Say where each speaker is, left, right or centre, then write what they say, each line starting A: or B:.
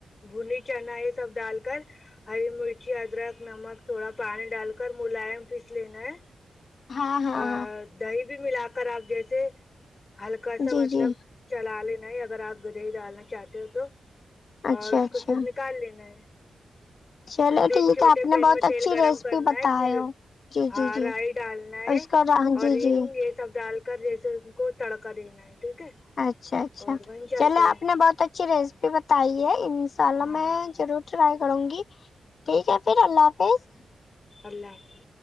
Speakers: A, on the left (about 35°); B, on the left (about 55°).
A: بھنے چنا یہ سب ڈال کر ہری مرچی ادرک نمک تھوڑا پانی ڈال کر ملائم پیس لینا ہے
B: ہاں ہاں
A: ا
B: ہاں
A: دہی بھی ملا کر آپ جیسے ہلکا سا
B: جی
A: مطلب
B: جی
A: چلا لینا ہے اگر آپ گدھائی ڈالنا چاہتے ہو تو
B: اچھا
A: اور اس
B: اچھا
A: کو پھر نکال لینا ہے
B: چلے ٹھیک
A: ایک چھوٹے
B: ہے آپ نے
A: پین
B: بہت
A: میں
B: اچھی
A: تیل گرم
B: ریسیپی
A: کرنا
B: بتائے
A: ہے پھر
B: ہو جی
A: ہاں
B: جی جی
A: رائی ڈالنا
B: اس
A: ہے
B: کو
A: اور
B: جی جی
A: ہنگ یہ سب ڈال کے کر جیسے ان کو تڑکا دینا ہے ٹھیک ہے
B: اچھا اچھا
A: اور بن جاتا
B: چلو
A: ہے
B: آپ نے بہت اچھی ریسپی بتائی ہے ان شاء اللہ
A: ہاں
B: میں ضرور ٹرائی کروں گی ٹھیک ہے پھر اللہ حافظ
A: چال لا ہے